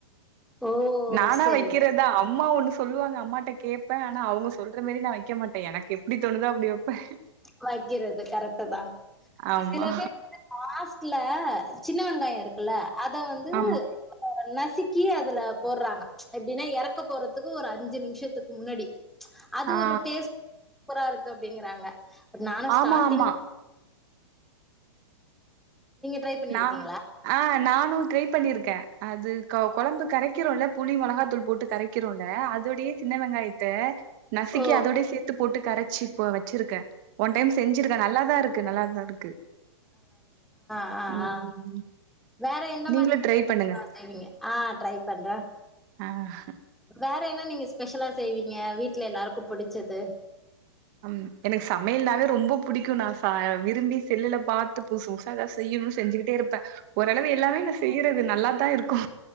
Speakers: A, in the centre; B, on the right.
A: ஓ
B: நானா
A: சேரி
B: வைக்கிறதா
A: சேரி
B: அம்மா ஒண்ணு சொல்லுவாங்க அம்மாட்ட கேட்பேன் ஆனா அவங்க சொல்ற மாரி நா வெக்க மாட்டே எனக்கு எப்படிதோணுதோ அப்படி வப்ப
A: காய்கிறது கரட்டு தா
B: ஆமா.
A: சில பேர் காஸ் சில சின்ன வெங்காயம் இருக்குல்ல அத வந்து
B: ஆமா.
A: ஒன்ன சிக்கி அதுல போடுறாங்க எப்படின்னா இறக்க போறதுக்கு ஒரு அஞ்சு நிமிஷத்துக்கு முன்னாடி அது
B: ஆ
A: ஒரு டேஸ்ட் புரா இருக்கு அப்படிங்கிறாங்க நானும் ஸ்டார்ட்டிங்
B: ஆமா, ஆமா.
A: ட்ரை பண்ணிருக்கீங்களா
B: ந ஆஹ் நானு ட்ரை பண்ணியிருக்கே அது கோ கொழம்பு கரைக்கிறோல்ல புளி மொளகா தூள் போட்டு கரைக்கிறோல்ல அது அதோடய சின்ன வெங்காயத்த நசுக்கி
A: ஓ
B: அதோட சேத்து போட்டு கரைச்சி இப்ப வச்சிருக்கே ஒன் டைம் செஞ்சிருக்கே நல்லாதா இருக்கு நல்லாதா இருக்கு
A: ஆஹ் அ
B: ம்
A: வேற எந்த
B: நீங்களு
A: மாரி
B: ட்ரை பண்ணுங்க
A: <inaudible> செய்விங்க ஆ ட்ரை பண் ற
B: ஆஹ்ன்
A: வேற என்ன நீங்க ஸ்பெஷலா செய்வீங்க வீட்டுல எல்லாருக்கு புடிச்சது
B: அம் எனக்கு சமையல்னாவே ரொம்ப புடிக்கு நா ச விரும்பி செல்லுல பாத்து புதுசு புதுசா எதாது செய்யணுனு செஞ்சுகிட்டே இருப்ப ஓரளவு எல்லாமே நா செய்யறதுல் நல்லாத்தா இருக்கு